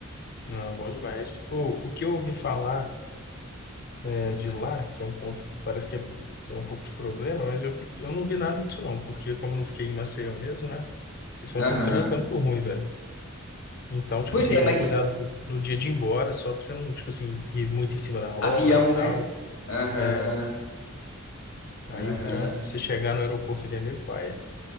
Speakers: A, on the left; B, on the left.
A: Não, bom demais. O, o que eu ouvi falar é, de lá, que é um ponto que parece que é, é um pouco de problema, mas eu, eu não vi nada disso não, porque como eu não fiquei em Maceió mesmo, né? Eles falam
B: Aham.
A: que o trânsito é muito ruim, velho. Então, tipo
B: Pois
A: assim,
B: é,
A: toma
B: mas
A: cuidado no no dia de ir embora, só pra você não, tipo assim, ir muito em cima da hora
B: avião,
A: e tal.
B: né? Aham,
A: É, Aí
B: aham.
A: o trânsito, pra você chegar no aeroporto, ele é meio paia.